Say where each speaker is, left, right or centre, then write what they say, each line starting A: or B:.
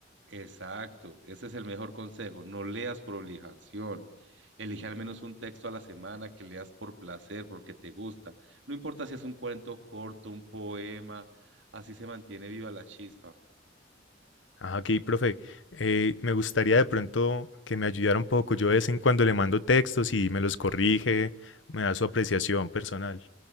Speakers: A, on the right; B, on the left.
A: Exacto, ese es el mejor consejo. No leas por obligación. Elige al menos un texto a la semana que leas por placer, porque te gusta. No importa si es un cuento corto, un poema, así se mantiene viva la chispa.
B: Ajá, aquí, profe, eh, me gustaría de pronto que me ayudara un poco. Yo de vez en cuando le mando textos y me los corrige, me da su apreciación personal.